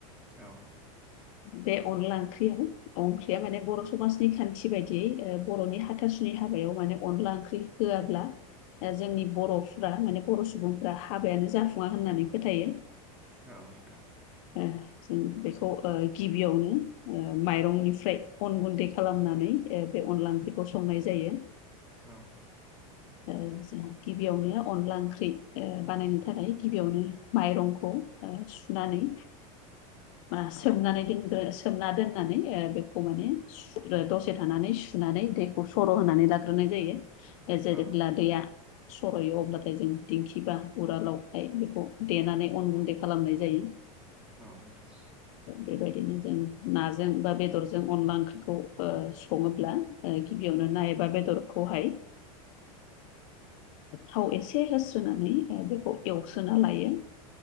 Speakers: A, in the centre; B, on the left (about 60°).
A: औ
B: बे अनला ओंख्रि अंख्रिया माने बर' समाजनि खान्थि बायदियै बर'नि हाथासुनि हाबायाव माने अनला ओंख्रि होआब्ला जोंनि बर'फ्रा माने बर' सुबुंफ्रा हाबायानो जाफुङा होननानै फोथायो
A: औ नोंथां
B: ओ जों बेखौ गिबियावनो माइरंनिफ्राय अन गुन्दै खालामनानै बे अनला ओंख्रिखौ संनाय जायो
A: औ
B: जों गिबियावनो अनला ओंख्रि बानायनो थाखाय गिबियावनो माइरंखौ ओ सुनानै
A: <inaudible>
B: ओ बा माने सोमनानै दोनग्रो सोमना दोननानै बेखौ माने दसे थानानै सुनानै दैखौ सर' होनानै लाग्रोनाय जायो।
A: औ
B: ओ ब्ला दैया सरयो अब्लाथाय जों दिंखि बा उरालावहाय बेखौ देनानै अन
A: औ
B: गुन्दै
A: औ
B: खालामनाय जायो।
A: औ नोंथां
B: बेबादिनो जों नाजों बा बेदरजों अनला ओंख्रिखौ सङोब्ला। ओ गिबियावनो नाय एबा बेदरखौहाय थाव एसे होस्रोनानै बेखौ एवस्रोना लायो।